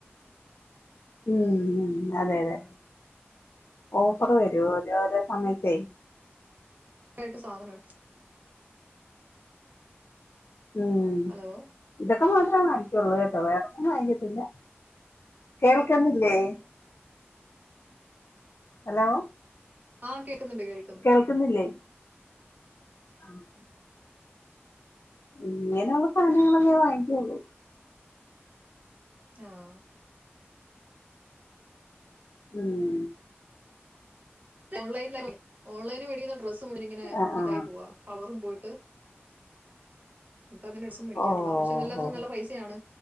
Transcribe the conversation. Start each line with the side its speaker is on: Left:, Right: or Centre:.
Left: ഉം ഉം അതെ അതെ ഓഫർ വരും ഓരോരോ സമയത്തെ
Right: ആയിട്ട് സാധനണ്ട്
Left: ഉം
Right: ഹലോ
Left: ഇതൊക്കെ മാത്രേ വാങ്ങിക്കുള്ളൂ കേട്ടോ, വേറൊന്നും വാങ്ങിക്കത്തില്ല. കേൾക്കുന്നില്ലേ ഹലോ
Right: ആഹ് കേക്കുന്നുണ്ട് കേൾക്
Left: കേൾക്കുന്നില്ലേ? <inaudible> ഇങ്ങനെയുള്ള സാധനങ്ങളൊക്കെ വാങ്ങിക്കുള്ളൂ
Right: ആഹ്
Left: ഉം
Right: ഓൺലൈന് <unintelligible> ഓൺലൈന് മേടിക്കുന്ന ഡ്രസ്സ് മുഴുവനിങ്ങനെ
Left: ആഹ്
Right: ഇതായി
Left: ആഹ്
Right: പോവാ കളറും പോയിട്ട് ഇപ്പൊ അങ്ങനെ ഡ്രെസ്സും മേടിക്കാറില്ല
Left: ഓ
Right: പക്ഷെ എല്ലാത്തിനും
Left: ഓ
Right: നല്ല പൈസയാണ്